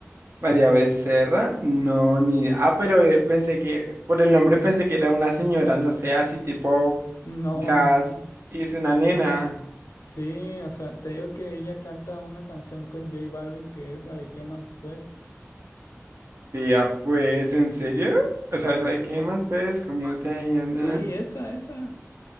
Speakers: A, on the right (about 55°); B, on the left (about 75°).
A: María Becerra, no, ni idea. Ah, pero eh, pensé que, por el nombre pensé que era una señora, no sé, así tipo
B: No,
A: jazz.
B: no, no.
A: Y es una nena.
B: Sí, o sea, te digo que ella canta una canción con J Balvin que es la de ¿Qué más pues?
A: Vea, pues, ¿en serio? O sea,
B: Sí,
A: ¿sabes qué más, pues? ¿Cómo te ha ido,
B: sí,
A: nena?
B: esa, esa.